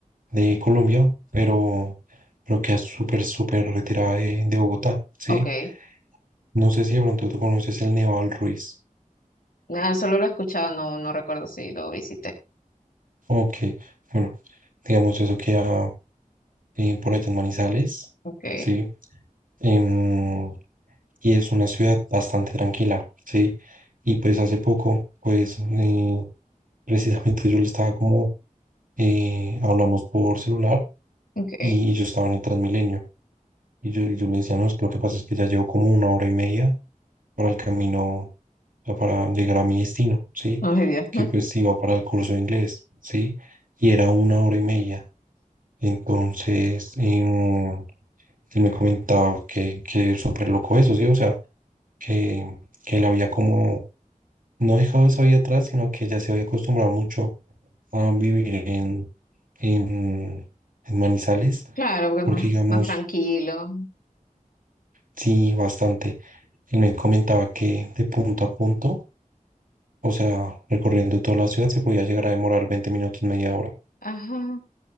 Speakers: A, on the right; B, on the left.
A: de Colombia, pero pero queda súper, súper retirada de, de Bogotá, ¿sí?
B: ok.
A: No sé si de pronto tú conoces el Nevado del Ruiz.
B: Nada, solo lo he escuchado, no, no recuerdo si lo visité.
A: Ok, bueno, digamos eso queda eh, por allá en Manizales,
B: Ok,
A: ¿sí? Em, y es una ciudad bastante tranquila, ¿sí? Y pues hace poco, pues eh, precisamente yo le estaba como, eh, hablamos por celular
B: ok.
A: y yo estaba en el Transmilenio. Y yo, y yo le decía, no, es que lo que pasa es que ya llevo como una hora y media para el camino, o sea, para llegar a mi destino, ¿sí?
B: Ay, Dios.
A: que pues iba para el curso de inglés, ¿sí? Y era una hora y media. Entonces, em, él me comentaba que, que es súper loco eso, ¿sí? O sea, que, que él había como no dejado esa vida atrás, sino que ya se había acostumbrado mucho a vivir en, en, en Manizales,
B: Claro, porque es
A: porque
B: más,
A: digamos,
B: más tranquilo.
A: sí, bastante. Él me comentaba que de punto a punto o sea, recorriendo toda la ciudad se podía llegar a demorar 20 minutos, media hora,
B: Ajá.